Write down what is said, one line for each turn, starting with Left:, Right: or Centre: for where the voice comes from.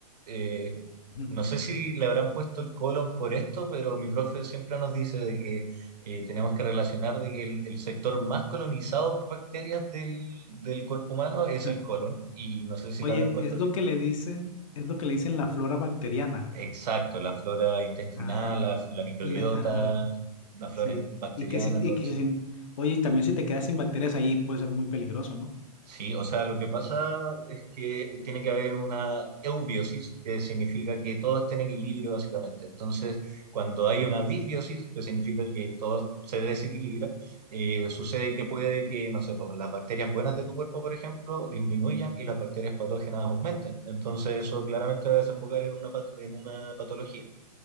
Right: eh,
Left: Ujú.
Right: no sé si le habrán puesto el colon por esto, pero mi profe siempre nos dice de que eh, tenemos que relacionar de que el, el sector más colonizado por bacterias del, del cuerpo humano es
Left: Ah.
Right: el colon y no sé si
Left: Oye,
Right: le habrán puesto
Left: es
Right: así
Left: lo que le dicen, es lo que le dicen la flora bacteriana.
Right: Exacto, la flora intestinal,
Left: Ah,
Right: la, la microbiota,
Left: le- ajá.
Right: la flora
Left: Sí,
Right: in- bacteriana,
Left: y que sin,
Right: todo
Left: y que
Right: eso.
Left: sin, oye, y también si te quedas sin bacterias ahí puede ser muy peligroso, ¿no?
Right: Sí, o sea, lo que pasa es que tiene que haber una eubiosis, que significa que todo está en equilibrio básicamente. Entonces, cuando hay una disbiosis, que significa que todo se desequilibra, eh, sucede que puede que, no sé, pues, las bacterias buenas de tu cuerpo, por ejemplo, disminuyan y las bacterias patógenas aumenten. Entonces, eso claramente va a desembocar en una, pat- en una patología,